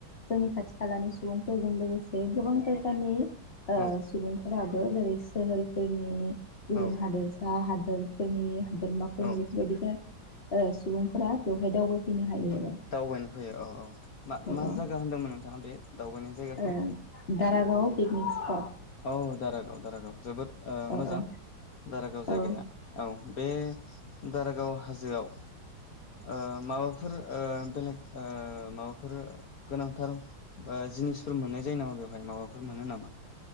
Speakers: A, on the left (about 30°); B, on the left (about 55°).
A: जोंनि खाथि खालानि सु बुंफोरजों लोगोसे गोबां जायगानि ओ
B: औ
A: फोराबो जेरै सोहोरफोरनि गुबुन
B: औ
A: हादोरसा हाद फोर फोरनि हादोरमाफोरनि
B: औ
A: बेफोरबायदिनो ओ सुबुंफोरा बेवहाय दावबायफैनो हायो आरो
B: दावबायनो फैयो औ औ मा
A: औ
B: मा
A: औ
B: जागा होनदोंमोन नोंथाङा बे दावबायनाय जायगाखौ?
A: ओ दारागाव पिकनिक स्पट।
B: औ दारागाव दारागाव जोबोर ओ
A: औ
B: मोजां।
A: औ
B: दारागाव
A: औ
B: जायगाया औ बे दारागाव हाजोआव ओ माबाफोर ओ बेलेग ओ माबा फोर गोनांथार ओ जिनिसफोर मोननाय जायो नामा बेव हाय माबाफोर मोनो नामा?